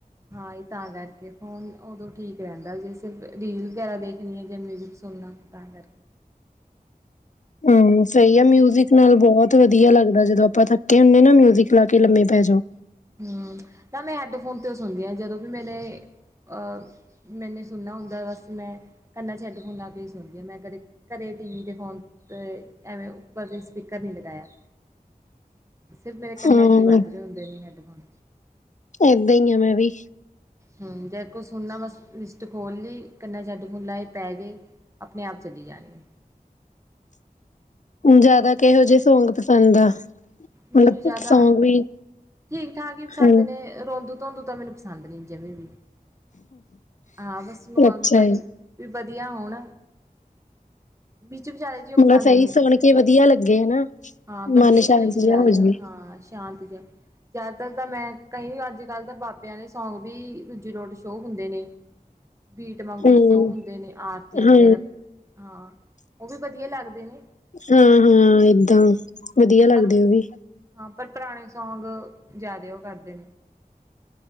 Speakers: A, on the right; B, on the left.
A: ਹਾਂ ਈ ਤਾਂ ਕਰਕੇ ਫ਼ੋਨ ਉਦੋਂ ਠੀਕ ਰਹਿੰਦਾ ਜੇ ਅਸੀਂ ਰੀਲ ਵਗੈਰਾ ਦੇਖਣੀ ਹੈ ਜਾਂ ਮਿਊਜ਼ਿਕ ਸੁ ਸੁਨਣਾ ਤਾਂ ਕਰ
B: ਹੂੰ ਸਹੀ ਆ ਮਿਊਜ਼ਿਕ ਨਾਲ ਬਹੁਤ ਵਧੀਆ ਲੱਗਦਾ ਜਦੋਂ ਆਪਾਂ ਥੱਕੇ ਹੁੰਦੇ ਨਾ ਮਿਊਜ਼ਿਕ ਕ ਲਾ ਕੇ ਲੰਮੇ ਪੈ ਜਾਓ
A: ਹਾਂ ਨਾ ਮੈਂ ਹੈਡਫੋਨ ਤੋਂ ਹੀ ਸੁਣਦੀ ਹਾਂ ਜਦੋਂ ਵੀ ਮੈਨੇ ਅਹ ਮੈਨੇ ਸੁਣਨਾ ਹੁੰਦਾ ਬਸ ਮੈਂ ਕੰਨਾਂ 'ਚ ਹੈੱਡਫੋਨ ਲਾ ਕੇ ਹੀ ਸੁਣਦੀ ਹਾਂ ਮੈਂ ਕਦੇ ਕਦੇ ਟੀਵੀ ਦੇ ਫੋਨ ਅਹ ਐਵੇਂ ਉੱਪਰ ਦੇ ਸਪੀਕਰ ਨਹੀਂ ਲਗਾਇਆ ਸਿਰਫ ਮੇਰੇ ਕੰਨਾਂ
B: ਹਮ
A: 'ਚ ਹੀ ਵੱਜ ਰਹੇ ਹੁੰਦੇ ਨੇ ਹੈੱਡਫੋਨ
B: ਏਦਾਂ ਈ ਆ ਮੈਂ ਵੀ
A: ਹੂ, ਜੇ ਕੁਛ ਸੁਨਣਾ ਬਸ ਲਿਸਟ ਖੋਲ ਲੀ, ਕੰਨਾ ਚ ਹੈੱਡ ਫੋਨ ਲਾਏ ਪੈ ਗਈ ਆਪਣੇ ਆਪ ਚੱਲੀ ਜਾ ਰੇ
B: ਜ਼ਿਆਦਾ ਕਿਹੋ ਜਿਹੇ ਸੌਂਗ ਪਸੰਦ ਆ?
A: ਮੈਨੂੰ
B: ਮਤਲਬ
A: ਜ਼ਿਆਦਾ
B: ਸੌਂਗ ਵੀ
A: ਠੀਕ ਠਾਕ ਹੀ ਪਸੰਦ
B: ਹੂੰ
A: ਨੇ ਰੋਂਦੂ ਰੋਦੂ ਤਾਂ ਮੈਨੂੰ ਪਸੰਦ ਨਹੀਂ ਜਿਵੇਂ ਵੀ, ਹਾਂ ਬਸ ਮੈਨੂੰ
B: ਅੱਛਾ
A: ਆ ਵੀ ਵਧੀ
B: ਹੈ
A: ਵੀ ਵਧੀਆ ਹੋਣ ਵਿੱਚ ਵਿਚਾਲੇ ਜਿਹੇ ਉਹ
B: ਮਤਲਬ
A: ਪਸੰਦ
B: ਸਹੀ
A: ਨੇ,
B: ਸੁਣ ਕੇ ਵਧੀਆ ਲੱਗੇ ਹਨਾ
A: ਹਾਂ ਵਧੀਆ
B: ਮਨ ਸ਼ਾਂਤ
A: ਜੀ ਫਰੀਜ਼
B: ਜਿਹਾ
A: ਲਾ
B: ਹੋ
A: <unintelligible>
B: ਜਾਵੇ
A: ਲਿਓ। ਹਾਂ ਸ਼ਾਂਤ ਜਿਹਾ ਜ਼ਿਆਦਾਤਰ ਤਾਂ ਮੈਂ ਕਈ ਅੱਜ ਕੱਲ੍ਹ ਤਾਂ ਬਾਬਿਆਂ ਵਾਲੇ ਸੌਂਗ ਵੀ ਦੂਜੀੇ ਰੋਡ ਸ਼ੋਅ ਹੁੰਦੇ ਨੇ। ਬੀਟ ਵਾਂਗੂੰ
B: ਹੂੰ
A: ਸ਼ੋਅ ਹੁੰਦੇ ਨੇ ਆਰਤੀਆਂ ਵਗੈਰਾ
B: ਹਾਂ
A: ਹਾਂ ਉਹ ਵੀ ਵਧੀਆ ਲੱਗਦੇ ਨੇ
B: ਹੂੰ ਹੁੰ ਏਦਾਂ
A: ਹੂੰ।
B: ਵਧੀਆ ਲੱਗਦੇ
A: ਪਰ
B: ਉਹ ਵੀ।
A: ਹਾਂ, ਪਰ ਪੁਰਾਣੇ ਸੌਂਗ ਜ਼ਿਆਦਾ ਉਹ ਕਰਦੇ